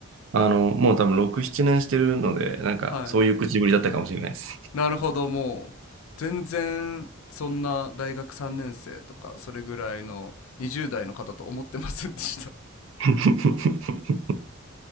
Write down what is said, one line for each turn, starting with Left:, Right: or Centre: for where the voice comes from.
Right: あの、もう多分6、7年してるので、なんかそういう口ぶりだったかもしれないです。
Left: <laughs> はい。なるほど、もう、全然、そんな大学3年生とか、それぐらいの20代の方と思ってませんでした。
Right: <laughs>